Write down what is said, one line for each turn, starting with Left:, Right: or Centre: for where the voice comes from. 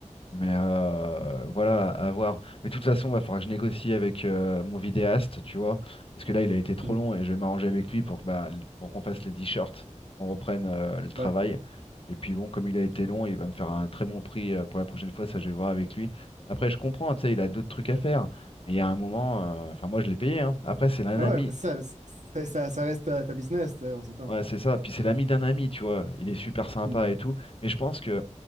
Left: Mais euh, voilà, à voir. Mais de toute façon, va falloir que je négocie avec euh, mon vidéaste, tu vois, parce que là, il a été trop
Right: Mhm.
Left: long et je vais m'arranger avec lui pour que, bah, l- pour qu'on fasse les t-shirts, qu'on reprenne euh, le travail.
Right: Ouais.
Left: Et puis bon, comme il a été long, il va me faire un très bon prix euh, pour la prochaine fois, ça je vais voir avec lui. Après, je comprends, tu sais, il a d'autres trucs à faire, mais il y a un moment, euh, enfin moi je l'ai payé, hein. Après, c'est un
Right: Ouais,
Left: ami,
Right: ouais, mais ça, c'est- ça, ça reste ta, ta business, tu sais, on s'entend.
Left: Ouais, c'est ça. Puis c'est l'ami d'un ami, tu vois. Il est super sympa
Right: Mhm,
Left: et tout. Mais je pense que,